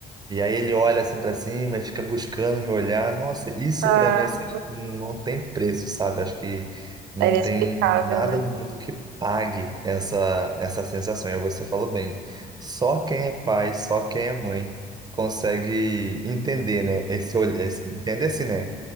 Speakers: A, on the right (about 25°); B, on the right (about 85°).
A: E aí ele olha assim pra cima e fica buscando me olhar. Nossa, isso
B: Ah,
A: pra mim assim, acho que não tem preço, sabe? Acho que não
B: é inexplicável,
A: tem nada
B: né?
A: no mundo que pague essa essa sensação. E aí você falou bem. Só quem é pai, só quem é mãe consegue entender, né? Esse olhar, esse- entender assim, né?